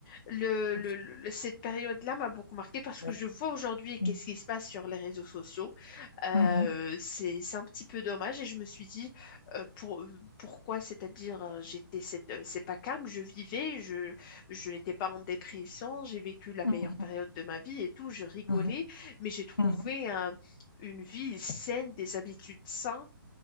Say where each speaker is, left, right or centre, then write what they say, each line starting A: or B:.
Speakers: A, on the left; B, on the left.
A: le,
B: abs-
A: le- le- cette période-là m'a beaucoup marquée parce
B: ouais.
A: que je vois aujourd'hui qu'est-ce
B: Mm.
A: qui se passe sur les réseaux sociaux. Euh,
B: Mhm.
A: c'est, c'est un petit peu dommage et je me suis dit euh, pour, pourquoi, c'est-à-dire euh, j'étais cette, euh, c'est pas calme, je vivais, je, je n'étais pas en dépression, j'ai vécu la
B: Mhm.
A: meilleure période de ma vie et tout, je rigolais,
B: Mhm.
A: mais j'ai trouvé
B: Mhm.
A: un- une vie saine, des habitudes saines